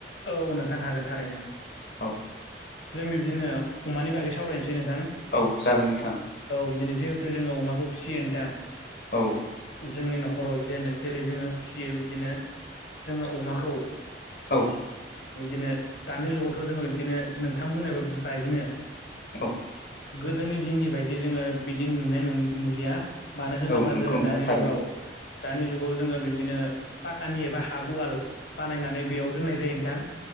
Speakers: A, on the left (about 75°); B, on the left (about 60°).
A: औ नोंथां हागोन थारैनो
B: औ
A: जों बे बिदिनो अमानि बागै सावरायनसै नोंथां
B: औ जागोन नोंथां
A: औ बिदिनो जिहेतु जोङो अमाखौ फिसियो नोंथां
B: औ
A: जोंनि नखराव जेन जेरै जोङो फियो बिदिनो जोङो अमाखौ
B: औ
A: बिदिनो दानि जुगावथ' जोङो बिदिनो नोंथां बुंनायबा बि बायदिनो
B: औ
A: गोदोनि दिननि बायदि जोङो बिदि नुनाय नुलिया मानो होनोबा
B: औ नंगौ
A: जोङो
B: नोंथां
A: दानि
B: थारैनो
A: जुगाव दानि जुगाव जोङो बिब्दिनो पाखानि एबा हाफ वाल बानायनानै बेयाव दोननाय जायो नोंथां